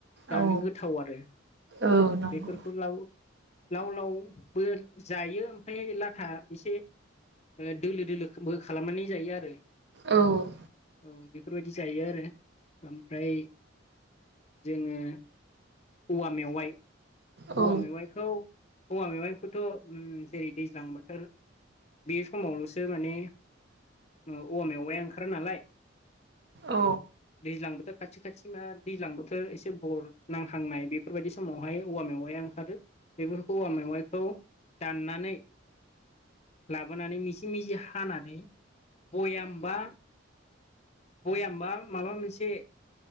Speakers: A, on the left (about 35°); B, on the right (about 55°).
A: जानो
B: औ
A: गोथाव आरो
B: औ नंगौ
A: बेफोरखौ लाव लाव लावबो जायो ओमफ्राय लाथा एसे दोलो दोलोबो खालामनानै जायो आरो
B: औ
A: औ बेफोरबायदि जायो आरो ओमफ्राय जोङो औवा मेवाइ
B: औ
A: औवा मेवाइखौ औवा मेवाइखौथ' ओम जेरै दैज्लां बोथोर बे समावल'सो माने औवा मेवयाइया ओंखारो नालाय
B: औ
A: दैज्लां बोथोर खाथि खाथि मा दैज्लां बोथोर एसे बर नांहांनाय बेफोरबायदि समावहाय औवा मेवाइआ ओंखारो बेफोरखौ औवा मेवाइखौ दाननानै लाबोनानै मिजि मिजि हानानै बयाम बा बयाम बा माबा मोनसे